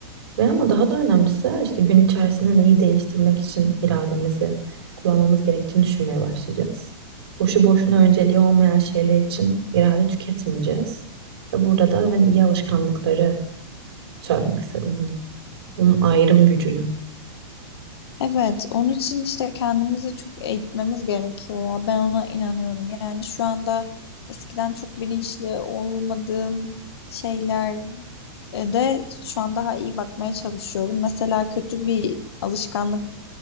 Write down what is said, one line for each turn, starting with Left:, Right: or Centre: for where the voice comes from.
Right: Ve ama daha da önemlisi işte gün içerisinde neyi değiştirmek için irademizi kullanmamız gerektiğini düşünmeye başlayacağız. Boşu boşuna önceliği olmayan şeyler için irade tüketmeyeceğiz. Ve burada da ben iyi alışkanlıkları söylemek istedim. Hani onun ayrım gücünü.
Left: Evet, onun için işte kendimizi çok eğitmemiz gerekiyor ya. Ben ona inanıyorum. Yani şu anda eskiden çok bilinçli olmadığım şeyler e, de şu an daha iyi bakmaya çalışıyorum. Mesela kötü bir alışkanlık